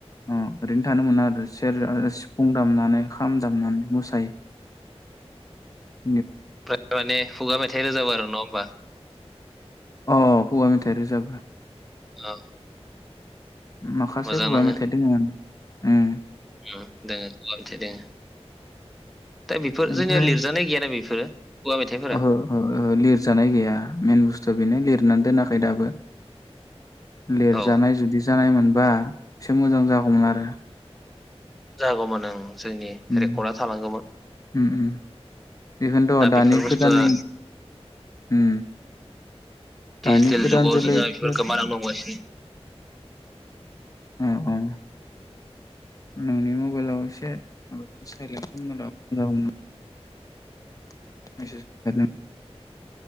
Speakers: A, on the left; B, in the centre.
A: अ ‌। ओरैनो थानो मोना सेरजा सिफुं दामनानै खाम दामनानै मोसा <unintelligible>
B: ओमफ्राय माने खुगा मेथाइ रोजाबो आरो नङा होमबा? <inaudible>
A: अ खुगा मेथाइ रोजाबो।
B: औ
A: माखासे
B: मोजां
A: खुगा
B: नाङो
A: मेथाइ दङ उम
B: उम दोङो खुगा मेथाइ दोङो दा बेफोर
A: ओमफ्राय
B: जोंनिया लिरजानाय गैयाना बेफोरो खुगा मेथाइफोरा
A: ओहो ओहो लिरजानाय गैया मेन बुस्थुआ बेनो लिरनानै दोनाखै दाबो लिरजानाय
B: औ
A: जुदि जानाय मोन बा एसे मोजां जागौमोन आरो।
B: जागौ मोन ओं जोंनि
A: उम
B: रेकर्डआ थालांगौमोन
A: उम उम बेखौनोथ'
B: दा
A: दानि
B: बेफोर बुस्थुआ
A: गोदान उम दानि
B: दिजिटेल
A: गोदान
B: जुगाव
A: जोलैफोर
B: जोंहा बेफोर गोमालांनो हमगासिनो।
A: औ औ नोंनि मबाइलाव एसे सायलेन्ट खालामना लाबा <unintelligible> जागौमोन <unintelligible>